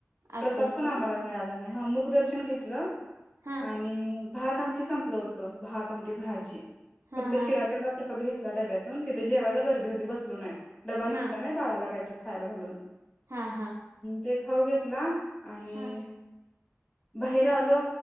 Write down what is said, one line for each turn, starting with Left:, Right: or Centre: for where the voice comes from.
Left: प्रसाद
Right: असेल
Left: पण
Right: खरं
Left: आम्हाला मिळाला. हा मुखदर्श शन घेतलं.
Right: हा
Left: आणि भात. आमटी संपलं होतं. भात आमटी, भाजी.
Right: हा
Left: फक्त
Right: हा
Left: शिरा तेवढा प्रसाद घे डब्यातून तिथे जेवायला गर्दी होती, बसलो नाही. डबा नेह्लता
Right: हा हा
Left: नाही बाळाला काहीतर खायला घालून,
Right: हा हा
Left: ते खाऊ घेतला आणि.
Right: हा
Left: बाहेर आलो.